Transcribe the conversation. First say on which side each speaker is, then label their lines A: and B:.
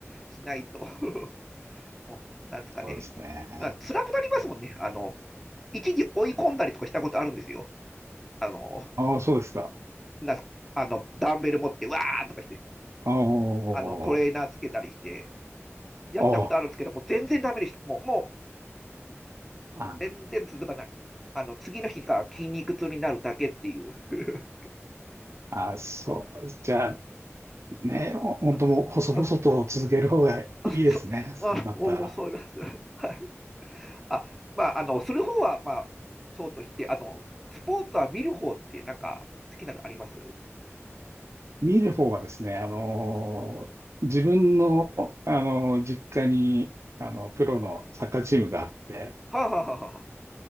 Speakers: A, in the centre; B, on the right (about 70°).
A: しないと <laughs> もう、なんですかね。
B: そうですね。
A: まあ辛くなりますもんね。あの、一時追い込んだりとかしたことあるんですよ。あの、
B: ああ、そうですか。
A: なんすか、あの、ダンベル持って、わーとかして、
B: おあ、
A: あの、トレーナーつけたりして、やったことあるんですけど、
B: ああ、おー
A: もう全然ダメでした。もう、もう、
B: あー
A: 全然続かない。あの、次の日が筋肉痛になるだけっていう。<laughs>
B: あー、そう。じゃあ、ね、本当もう細々と続ける方がいいですね、
A: うんうんあ、そ、あ、
B: だた
A: もう、もうそう言います。<laughs> はい。あ、まあ、あの、する方は、まあ、そうとして、あの、スポーツは見る方って、なんか、好きなのありますは
B: 見る方はですね、あのー自分の、あのー実家に、あの、プロのサッカーチームがあって、
A: あ、はあはあはあ、